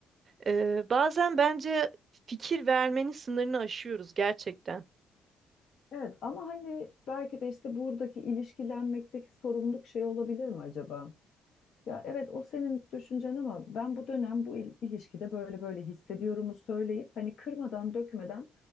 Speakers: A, on the right; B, on the left.
A: Ee, bazen bence fikir vermenin sınırını aşıyoruz gerçekten.
B: evet ama hani belki de işte buradaki ilişkilenmekteki sorumluluk şey olabilir mi acaba? Ya evet o senin düşüncen ama ben bu dönem bu il- ilişkide böyle böyle hissediyorumu söyleyip hani kırmadan dökmeden